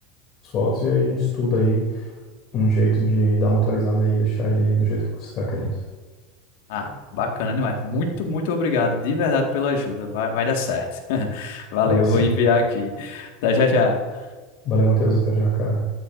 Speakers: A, on the left; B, on the left.
A: fotos e aí a gente estuda aí. um jeito de dar uma atualizada aí e deixar ele do jeito que você tá querendo.
B: Ah, bacana demais. Muito, muito obrigado de verdade pela ajuda. Vai, vai dar certo. <laughs> Valeu,
A: Vai sim.
B: vou enviar aqui. Até já já.
A: Valeu, Matheus. Até já, cara.